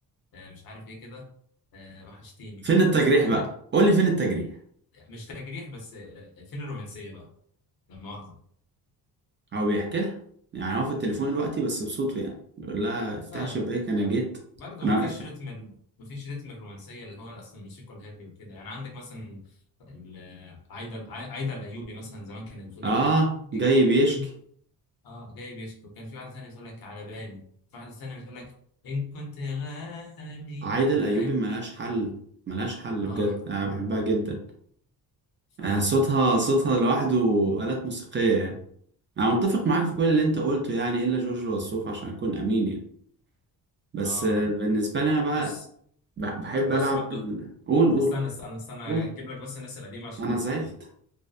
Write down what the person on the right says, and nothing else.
فين التجريح
بقى
قول لي فين التجريح
هو بيحكي لها يعني هو في التليفون دلوقتي بس بصوته يعني بيقول لها افتحي
شباك
انا
جيت
انا
واقف
تحت
اه
جاي
بيشكي
عايدة
الايوبي
ملهاش حل ملهاش حل
بجد انا بحبها جدا
آه صوتها صوتها لوحده آلات موسيقية يعني انا متفق معاك في كل اللي انت قلته يعني الا جورج وسوف عشان اكون امين يعني بس
آه، بالنسبة لي أنا بقى
ب- بحب
ألعب
في ال... قول قول
قول
أنا زعلت